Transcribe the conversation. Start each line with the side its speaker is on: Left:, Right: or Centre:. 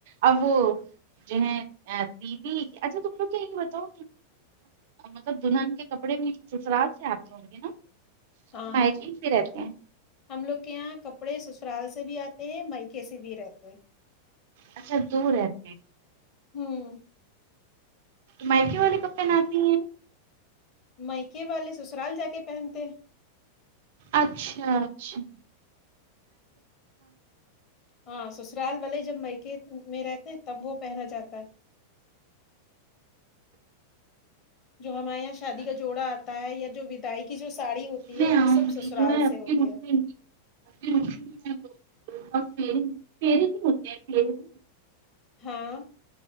Right: اب وہ جو ہے دیدی اچھا تم لوگ کیا یہ بتاؤ مطلب دلہن کے کپڑے بھی سسرال سے آتے ہوں گے نہ
Left: ہاں
Right: میچنگ بھی رہتا ہے
Left: ہم لوگ کے یہاں کپڑے سسرال سے بھی آتے ہیں مایکا سے بھی رہتے ہیں
Right: اچھا دو رہتے ہیں
Left: ہممم
Right: مایکا والے کپڑے لاتے ہیں
Left: مائکے والے سسرال جا کے پہنتے
Right: اچھا اچھا
Left: ہاں سسرال والے جب میکے میں رہتے ہیں تب وہ پہنا جاتا ہے جو ہمارے یہاں شادی
Right: ہیں۔
Left: کا جوڑا آتا ہے یا جو ودائی کی جو ساڑی ہوتی
Right: میں
Left: ہے وہ
Right: آؤں
Left: سب سسرال
Right: گی جو ہے اب
Left: سے ہوتی
Right: کی رکیں
Left: <inaudible>
Right: گی اب کی رکیں اور فری فیری بھی ہوتے ہیں فیری بھی ہوتے
Left: ہاں